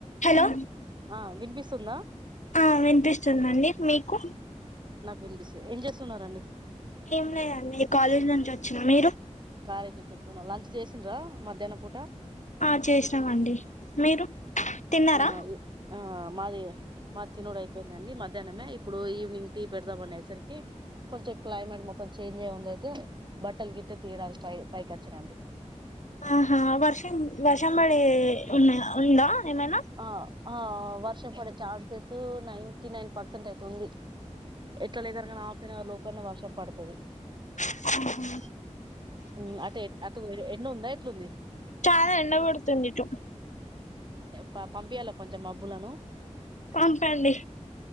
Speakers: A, on the left; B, on the right.
A: Hello
B: ఆ వినిపిస్తుందా
A: ఆ వినిపిస్తుందండి మీకు
B: వినిపిస్తే ఏం చేస్తున్నారండి
A: ఏం లేదండి కాలేజీ నుంచి వచ్చినా మీరు
B: కాలేజ్ నుంచి వస్తున్నారు లంచ్ చేసిండ్రా మధ్యాహ్న పూట
A: ఆ చేసినాం అండి మీరు తిన్నారా
B: ఆ ఇ ఆ మాది మా తినుడు అయిపోయిందండి మధ్యాహ్నమే ఇప్పుడు ఈవినింగ్ టీ పెడదామనేసరికి కొంచెం క్లైమేట్ మొత్తం చేంజ్ అయ్యి ఉంది అయితే బట్టలు గిట్ట తీయడానికి పై పైకి వచ్చినాండి
A: ఆహా వర్షం వర్ష పడే
B: ఉమ్.
A: ఉన్నా ఉందా ఏమైనా
B: ఆ ఆ వర్షం పడే ఛాన్సెస్ నైన్టీ నైన్ పర్సెంట్ అయితే ఉంది ఎట్లా లేదు అనగానీ హాఫ్ అన్ అవర్ లోపు అన్న వర్షం పడతది
A: అహా
B: హ్మ్ అటెట్ అటు ఎండ ఉందా ఎట్లుంది
A: చాల ఎండ గొడుతుంది ఇటు
B: ప పంపియాల కొంచెం మబ్బులను
A: పంపండి